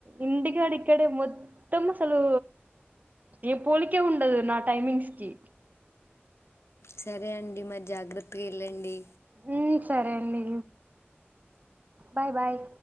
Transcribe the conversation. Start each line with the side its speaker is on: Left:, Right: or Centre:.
Right: ఇంటికాడ ఇక్కడే మొత్తం అసలు ఏ పోలికే ఉండదు నా టైమింగ్స్ కి
Left: సరే అండి మరి జాగ్రత్తగా వెళ్ళండి
Right: ఊ సరే అండి బాయ్ బాయ్